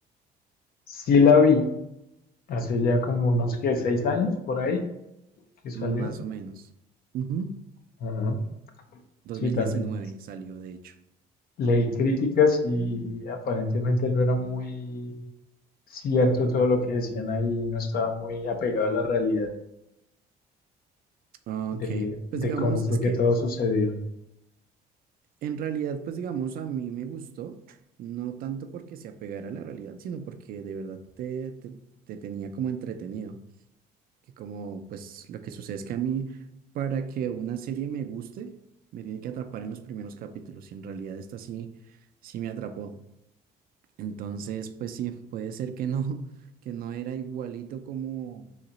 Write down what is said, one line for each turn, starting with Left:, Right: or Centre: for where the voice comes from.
Left: Sí la vi hace ya como unos que seis años por ahí que salió.
Right: Más o menos. Ujú.
Left: Ajá.
Right: 2019
Left: Sí, también
Right: salió, de hecho.
Left: Leí críticas y aparentemente no era muy cierto todo lo que decían ahí, no estaba muy apegado a la realidad
Right: Ah,
Left: de,
Right: Ok, pues
Left: de
Right: digamos,
Left: cómo fue
Right: es
Left: que
Right: que
Left: todo sucedió.
Right: en realidad, pues digamos, a mí me gustó, no tanto porque se apegara a la realidad, sino porque de verdad te, te te tenía como entretenido. que como pues lo que sucede es que a mí para que una serie me guste me tiene que atrapar en los primeros capítulos y en realidad esta sí sí me atrapó. Entonces, pues sí, puede ser que no <laughs> que no era igualito como